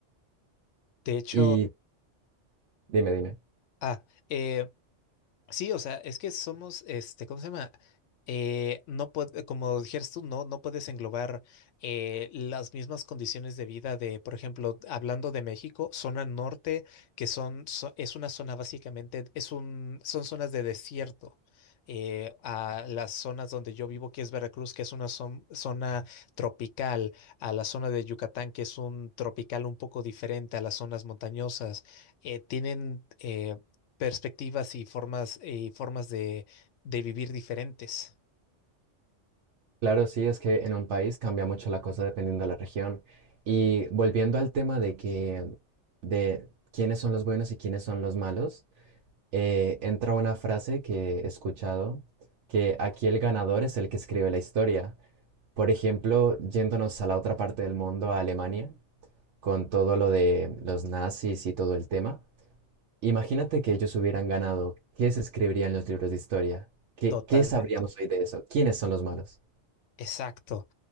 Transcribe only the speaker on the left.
De hecho,
ah, eh, Sí, o sea, es que somos, este, ¿cómo se llama? Eh, no puede, como dijeras tú, no, no puedes englobar eh, las mismas condiciones de vida de, por ejemplo, hablando de México, zona norte, que son, so- es una zona básicamente, es un, son zonas de desierto. eh, a las zonas donde yo vivo, que es Veracruz, que es una zon- zona tropical, a la zona de Yucatán, que es un tropical un poco diferente a las zonas montañosas, eh, tienen eh, perspectivas y formas, y formas de, de vivir diferentes.
Totalmente.
Exacto.